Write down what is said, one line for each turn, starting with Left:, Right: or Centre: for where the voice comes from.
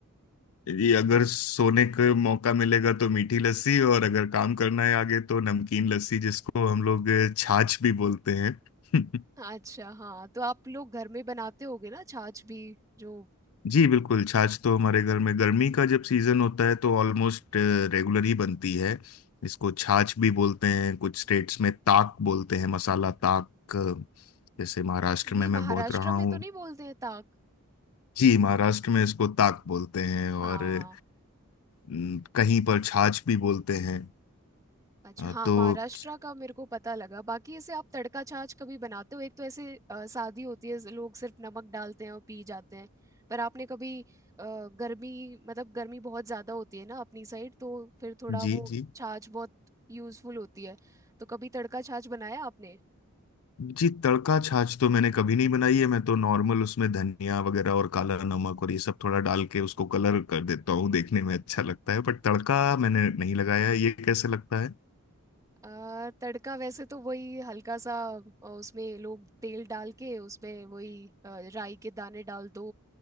Left: ये अगर सोने का मौका मिलेगा तो मीठी लस्सी और अगर काम करना है आगे तो नमकीन लस्सी जिसको हम लोग छाछ भी बोलते हैं <laughs>
Right: अच्छा हाँ तो आप लोग घर में बनाते होगे ना छाछ भी जो
Left: जी बिल्कुल छाछ तो हमारे घर में गर्मी का जब सीजन होता है तो ऑलमोस्ट रेगुलर ही बनती है इसको छाछ भी बोलते हैं कुछ स्टेट्स में ताक बोलते हैं मसाला ताक अ, जैसे महाराष्ट्र
Right: ये
Left: में मैं
Right: महाराष्ट्र
Left: बहुत रहा
Right: में
Left: हूँ
Right: तो नहीं बोलते हैं ताक
Left: जी महाराष्ट्र में इसको ताक बोलते हैं
Right: हाँ
Left: और अ, न, कहीं पर छाछ भी बोलते हैं
Right: अच्छा
Left: अ,
Right: हाँ
Left: तो
Right: महाराष्ट्र का मेरे को पता लगा बाकी इसे आप तड़का छाछ कभी बनाते हो एक तो ऐसे अ, सादी होती है ज- लोग सिर्फ नमक डालते हैं और पी जाते हैं पर आपने कभी अ, गर्मी मतलब गर्मी बहुत ज्यादा होती है ना अपनी साइड तो फिर थोड़ा
Left: जी
Right: वो
Left: जी
Right: छाछ बहुत यूजफुल होती है तो कभी तड़का छाछ बनाया आपने
Left: जी तड़का छाछ तो मैंने कभी नहीं बनाई है मैं तो नॉर्मल उसमें धनिया वगैरह और काला नमक और ये सब थोड़ा डाल के उसको कलर कर देता हूँ देखने में अच्छा लगता है बट तड़का मैंने नहीं लगाया है। ये कैसे लगता है
Right: अ, तड़का वैसे तो वही हल्का सा अ, उसमें लोग तेल डाल के उसमें वही अ, राई के दाने डाल दो